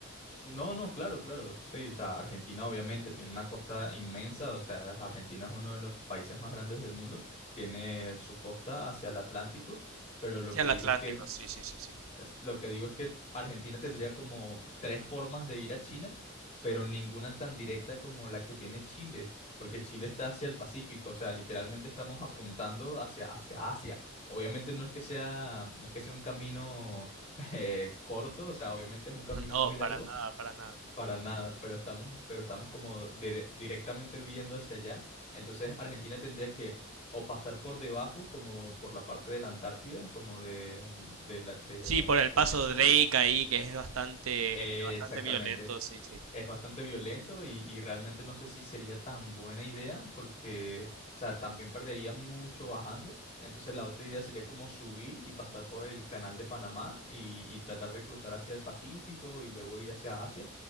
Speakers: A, on the left (about 35°); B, on the right (about 80°).
A: No, no, claro, claro, sí, o sea, Argentina obviamente tiene una costa inmensa, o sea, Argentina es uno de los países más grandes del mundo, tiene su costa hacia el Atlántico, pero lo
B: Sí,
A: que
B: al
A: digo
B: Atlántico,
A: es que
B: sí, sí, sí, sí.
A: es- Lo que digo es que Argentina tendría como tres formas de ir a China, pero ninguna tan directa como la que tiene Chile, porque Chile está hacia el Pacífico, o sea, literalmente estamos apuntando hacia, hacia Asia. Obviamente no es que sea, no es que sea un camino <laughs> eh, corto, o sea, obviamente es un camino
B: <laughs> No,
A: muy
B: para
A: largo,
B: nada, para nada.
A: para nada, pero estamos, pero estamos como dire- directamente viendo hacia allá. Entonces Argentina tendría que o pasar por debajo, como por la parte de la Antártida, como de, mm, de la- de
B: Sí, por el
A: el
B: paso
A: sur.
B: Drake ahí, que es bastante,
A: Eh,
B: este, bastante
A: exactamente.
B: violento, sí, sí.
A: Es bastante violento y, y realmente no sé si sería tan buena idea porque, o sea, también perdería mucho bajando. Entonces la otra idea sería como subir y pasar por el canal de Panamá y, y tratar de cruzar hacia el Pacífico y luego ir hacia Asia.